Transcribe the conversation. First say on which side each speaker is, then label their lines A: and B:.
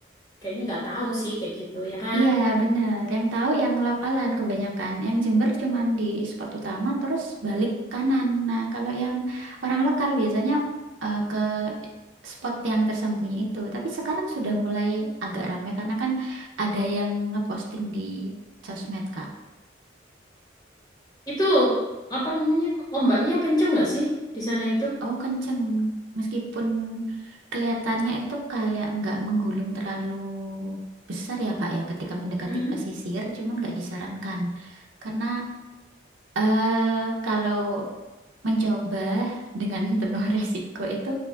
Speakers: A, on the left; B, on the right.
A: kayaknya nggak tahu sih kayak gitu ya kan.
B: Iya, bener. Yang tahu yang lokalan kebanyakan. Yang Jember cuman di spot utama terus balik kanan. Nah, kalau yang orang lokal biasanya eh, ke spot yang tersembunyi itu. Tapi sekarang sudah mulai agak rame karena kan ada yang ngeposting di sosmed, Kak.
A: Itu apa namanya? Ombaknya kenceng nggak sih di sana itu?
B: Oh, kenceng. Meskipun kelihatannya itu kayak nggak menggulung terlalu besar ya, Kak ya, ketika mendekati
A: Hmm.
B: pesisir, cuman nggak disarankan. Karena eh kalau mencoba dengan <laughs> penuh resiko itu